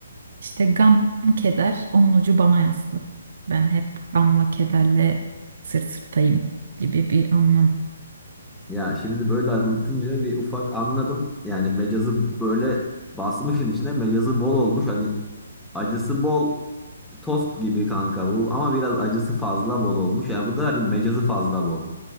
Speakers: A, on the right; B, in the centre.
A: İşte gam keder, onun ucu bana yaslı. Ben hep gamla kederle sırt sırtayım gibi bir anlam.
B: Ya şimdi böyle anlatınca bir ufak anladım. Yani mecazı böyle basmışın içine mecazı bol olmuş. Hani acısı bol tost gibi kanka bu. Ama biraz acısı fazla bol olmuş. Yani bu derdim mecazı fazla bol.